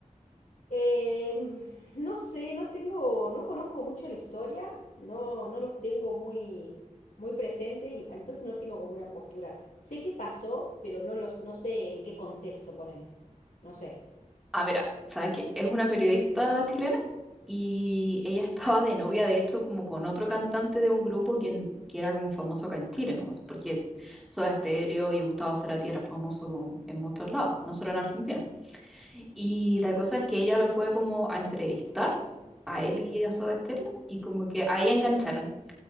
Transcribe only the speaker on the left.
Eh, no sé, no tengo, no conozco mucho la historia, no, no los tengo muy, muy presente, y entonces no tengo como una postura. Sé qué pasó, pero no los, no sé en qué contexto ponerle. No sé.